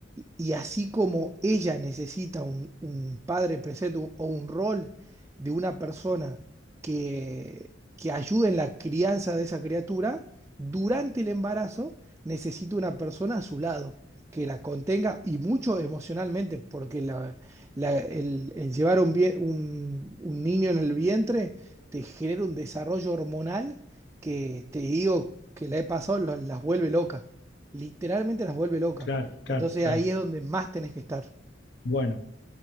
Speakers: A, on the right; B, on the left.
A: y- y así como ella necesita un, un padre presente un- o un rol de una persona que, que ayude en la crianza de esa criatura, durante el embarazo necesita una persona a su lado que la contenga y mucho emocionalmente, porque la- la- el, el llevar un, vie- un un niño en el vientre te genera un desarrollo hormonal que te digo que la he pasado, lo- las vuelve locas literalmente las vuelve locas.
B: claro, claro,
A: Entonces
B: claro.
A: ahí es donde más tenés que estar.
B: Bueno,